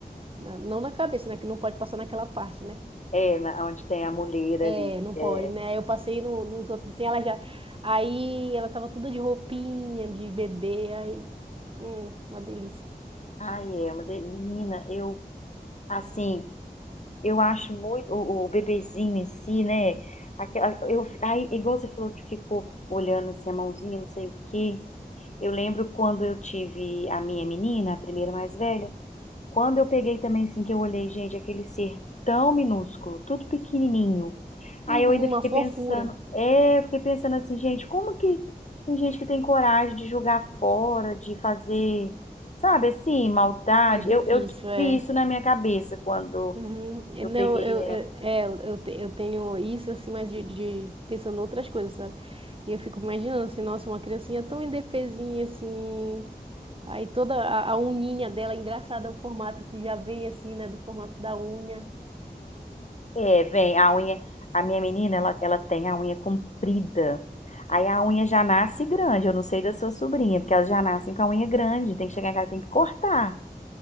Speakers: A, on the right; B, on the left.
A: na- não na cabeça, né, que não pode passar naquela parte, né,
B: é, na- onde tem a mulher
A: é,
B: ali.
A: não pode,
B: É.
A: né? Aí Eu passei no- nos outros assim, ela já. Aí ela tava toda de roupinha, de bebê, aí. Hum, uma delícia.
B: Ai, é uma de... Menina, eu, assim, Eu acho muito o, o bebezinho em si, né? Aquela, eu, aí, igual você falou que ficou olhando assim, a mãozinha, não sei o quê. Eu lembro quando eu tive a minha menina, a primeira mais velha, quando eu peguei também assim, que eu olhei, gente, aquele ser tão minúsculo, tudo pequenininho. Aí
A: Uhum,
B: eu ainda
A: uma
B: fiquei
A: fofura.
B: pensando, é, eu fiquei pensando assim, gente, como que tem gente que tem coragem de jogar fora, de fazer, sabe, assim, maldade?
A: É difícil,
B: Eu, eu
A: é.
B: vi isso na minha cabeça quando
A: Uhum. E
B: eu
A: Não,
B: peguei
A: eu, eu, é, eu, eu te- eu tenho isso assim, mas de, de pensando outras coisas, sabe? E eu fico imaginando assim, nossa, uma criancinha tão indefesinha assim. Aí toda a, a uninha dela, engraçada é o formato que já vem assim, né? Do formato da unha.
B: É, vem, a unha, a minha menina, ela, ela tem a unha comprida. Aí a unha já nasce grande, eu não sei da sua sobrinha, porque elas já nascem com a unha grande, tem que chegar em casa, tem que cortar,